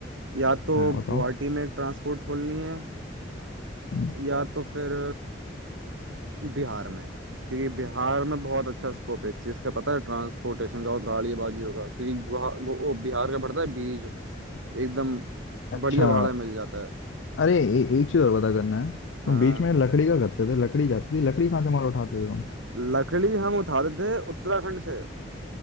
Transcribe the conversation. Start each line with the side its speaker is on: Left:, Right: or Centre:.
Right: या तो
Left: हाँ बताओ
Right: गुवाहाटी में एक ट्रांसपोर्ट खोलनी है
Left: हम्म,
Right: या तो फिर बिहार में क्योंकि बिहार में बहुत अच्छा स्कोप है इस चीज का पता है ट्रांसपोर्टेशन का और गाड़ीबाजी होगा क्योंकि वहाँ वो, वो बिहार का पड़ता है बीज एकदम
Left: अच्छा
Right: बढ़िया भाड़ा में मिल जाता है
Left: अरे ए, एक चीज और पता करना है
Right: हाँ
Left: तुम बीच में लकड़ी का करते थे लकड़ी जाती थी लकड़ी कहाँ से माल उठाते थे तुम
Right: लकड़ी हम उठाते थे उत्तराखंड से